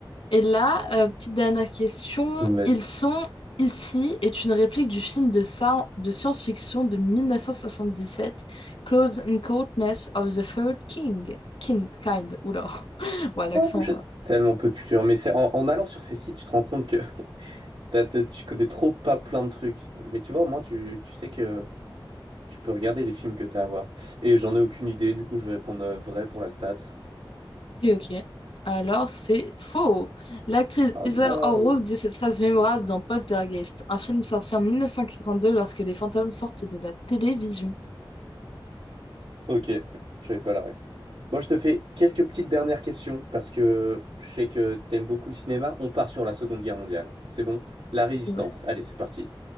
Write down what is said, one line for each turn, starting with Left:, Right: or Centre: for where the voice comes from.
Left: Et là, euh, petite dernière question.
Right: Il nous
Left: Ils sont ici est une réplique du film de, sa- de science-fiction de 1977, Close Encounters of the Third King. Kin- kind, oula, <laughs> ouais, l'accent.
Right: Oh, j'ai
Left: euh,
Right: tellement peu de culture. Mais c'est en, en allant sur ces sites, tu te rends compte que T'as- t'as- tu connais trop pas plein de trucs. Mais tu vois, au moins, tu, tu sais que tu peux regarder les films que t'as à voir. Et j'en ai aucune idée, du coup, je vais répondre euh, vrai pour la stat.
Left: Ok, ok. Alors, c'est faux. L'actrice
Right: Oh
Left: Heather
Right: no!
Left: O'Rourke dit cette phrase mémorable dans Poltergeist, un film sorti en 1942 lorsque les fantômes sortent de la télévision.
Right: Ok, j'avais pas la ref. Bon, je te fais quelques petites dernières questions, parce que je sais que t'aimes beaucoup le cinéma. On part sur la Seconde Guerre mondiale. C'est bon? La Résistance.
Left: Ouais.
Right: Allez, c'est parti.